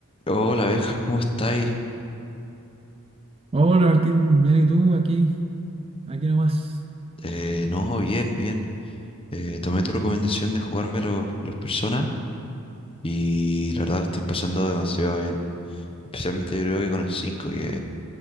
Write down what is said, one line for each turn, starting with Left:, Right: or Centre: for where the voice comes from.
Left: Hola, Benja, ¿cómo estáis?
Right: Hola Martín, bien y tú, aquí, aquí nomás.
Left: Eh, no, bien, bien. Eh, tomé tu recomendación de jugarme los, los personas y la verdad lo estoy pasando demasiado bien. Especialmente yo creo que con el 5 que